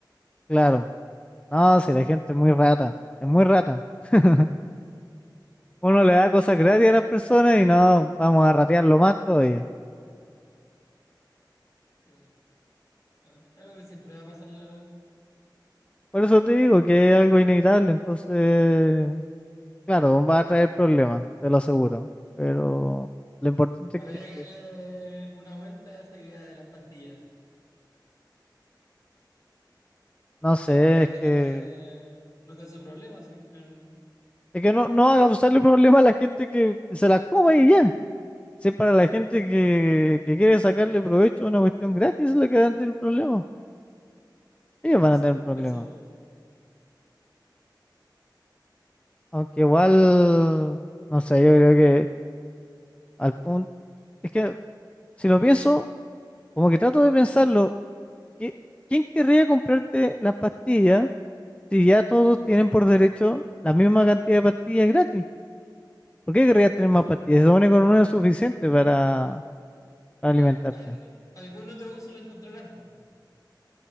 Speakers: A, on the left; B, on the left.
A: Claro. No, si la gente es muy rata, es muy rata. <laughs> Uno le da cosas gratis a las personas y no, vamos a ratearlo más todavía.
B: Sí. Ah, algo que siempre va a pasar, la verdad.
A: Por eso te digo que es algo inevitable, entonces, claro, va a traer problemas, te lo aseguro. Pero lo importante
B: Habría
A: es
B: que darle
A: que,
B: una vuelta a esa idea de las pastillas
A: no sé,
B: para dar
A: es
B: de
A: que,
B: que no, de, no cause problemas. y al final-
A: es que no, no haga causarle problemas a la gente que, que se las coma y ya. Si es para la gente que, que quiere sacarle provecho a una cuestión gratis, es la que van a tener problemas. Ellos van
B: Sí,
A: a tener
B: pues,
A: problemas.
B: por eso.
A: Aunque igual, no sé, yo creo que al punto, es que si lo pienso, como que trato de pensarlo, ¿qui- ¿quién querría comprarte las pastillas si ya todos tienen por derecho la misma cantidad de pastillas gratis? ¿Por qué querrías tener
B: No
A: más
B: sé.
A: pastillas? Se supone que con una es suficiente para, para
B: Ah,
A: alimentarte.
B: algo- algún otro uso lo encontrarán, po.